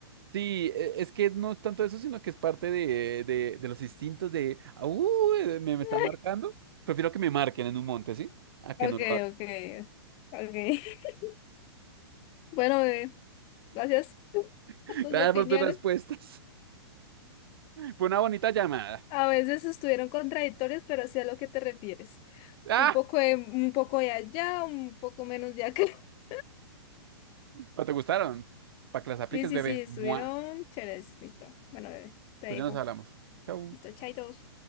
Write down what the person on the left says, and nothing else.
<laughs>
Ok,
ok, ok. <laughs> Bueno, bebé, gracias <laughs>
a tus
opiniones.
A veces estuvieron contradictorias, pero sí a lo que te refieres.
Un poco de, un poco de allá, un poco menos de acá. <laughs>
Sí, sí,
sí, estuvieron
chéveres. Listo. Bueno, bebé, te
dejo.
Listo, chaitos.